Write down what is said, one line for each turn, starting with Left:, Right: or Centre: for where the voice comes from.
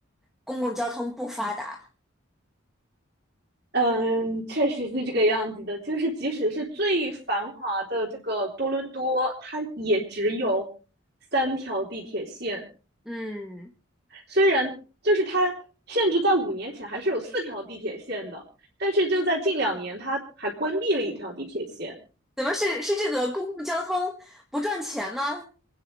Centre: 公共交通不发达。
Right: 嗯，确实是这个样子的。就是即使是最繁华的这个多伦多，它也只有三条地铁线。
Centre: 嗯，
Right: 虽然就是它，甚至在五年前还是有四条地铁线的，但是就在近两年，它还关闭了一条地铁线。
Centre: 怎么是是这个公共交通不赚钱吗？